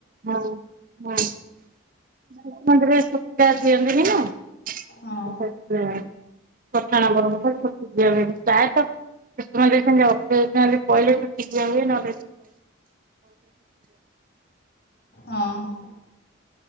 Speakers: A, on the right (about 40°); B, on the left (about 50°).
A: ହଁ ହଁ ଶିଶୁମନ୍ଦିରରେ ସୂତା ଦଅନ୍ତିନି ନା ।
B: ହଁ
A: ସେଥି ପଠାଣ ବର କଥା ପ୍ରାୟତ ତୁମ ଦେଖ ଅ ପହିଲଲୋ ହୁଏ ନ
B: ହଁ, ହଁ।